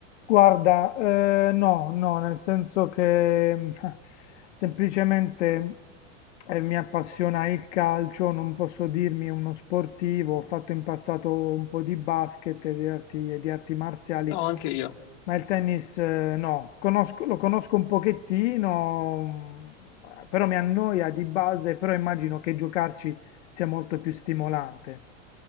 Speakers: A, on the left (about 70°); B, on the left (about 35°).
A: Guarda, eh, no, no, nel senso che mm, <laughs> semplicemente eh, mi appassiona il calcio, non posso dirmi uno sportivo, ho fatto in passato un po' di basket e di arti, e di arti marziali,
B: No, anche io.
A: Ma il tennis eh, no, Conosco- lo conosco un pochettino, mm, però mi annoia di base, però immagino che giocarci sia molto più stimolante,